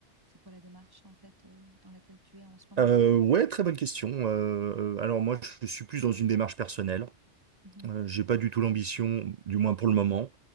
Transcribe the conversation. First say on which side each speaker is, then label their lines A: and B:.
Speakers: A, on the right; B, on the right.
A: c'est quoi la démarche en fait euh, dans laquelle tu es en ce moment?
B: Euh, ouais, très bonne question. Euh, euh, alors moi, je suis plus dans une démarche personnelle.
A: Mhm,
B: Euh, j'ai pas du tout l'ambition, du moins pour le moment,